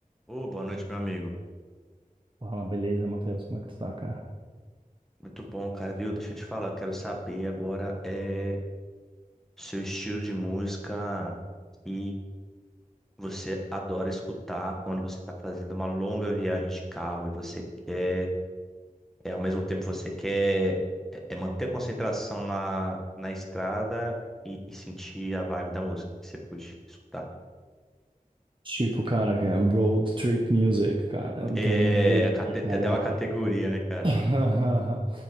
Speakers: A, in the centre; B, on the right.
A: Ô, boa noite, meu amigo.
B: Fala, beleza, Matheus? Como é que tu tá, cara?
A: Muito bom, cara, viu? Deixa eu te falar, eu quero saber agora é seu estilo de música que você adora escutar quando você está fazendo uma longa viagem de carro e você quer, é, ao mesmo tempo você quer é, é, manter a concentração na, na estrada e, e sentir a vibe da música que você puxa, escutar.
B: Tipo, cara, que é road trip music, cara. Vamos
A: É,
B: ver
A: a
B: aqui,
A: cate-
B: cara.
A: tem até uma categoria, né, cara?
B: <laughs>